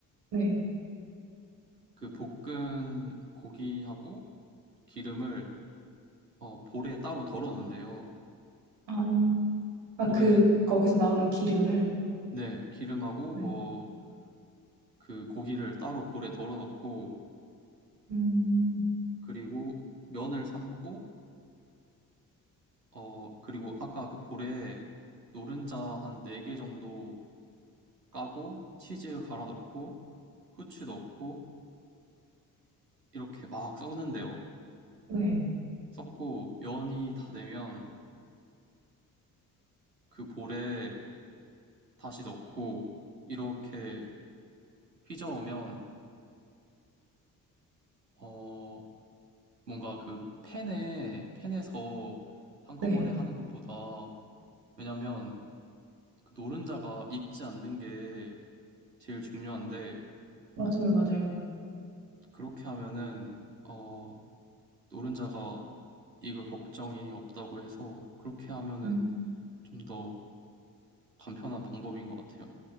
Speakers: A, on the right; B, on the right.
A: 네.
B: 그 볶은 고기하고 기름을 어, 볼에 따로 덜어 놓는데요.
A: 아, 아,
B: 볼에
A: 그, 거기서 나오는 기름을,
B: 네, 기름하고
A: 네,
B: 뭐 그 고기를 따로 볼에 덜어놓고
A: 음,
B: 그리고 면을 삶고 어 그리고 아까 그 볼에 노른자 한 4개 정도 까고 치즈 갈아 넣고 후추 넣고 이렇게 막 섞는데요.
A: 네,
B: 섞고 면이 다 되면 그 볼에 다시 넣고 이렇게 휘저으면 어 뭔가 그 팬에 팬에서 한꺼번에
A: 네.
B: 하는 것보다 왜냐면 그 노른자가 익지 않는 게 제일 중요한데
A: 맞아요, 맞아요.
B: 그렇게 하면은 어 노른자가 익을 걱정이 없다고 해서 그렇게 하면은
A: 음.
B: 좀 더 간편한 방법인 것 같아요.